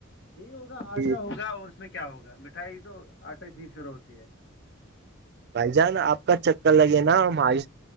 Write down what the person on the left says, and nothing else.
یہ ہوگا آٹا
ہوگا اور اس میں کیا ہوگا مٹھائی تو آٹا سے ہی شروع ہوتی ہے